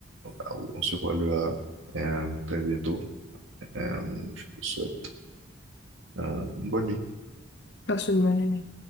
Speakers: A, on the right; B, on the left.
A: Ah oui, on se voit là euh, très bientôt. Euh, je te souhaite euh, une bonne nuit.
B: Passe une bonne année.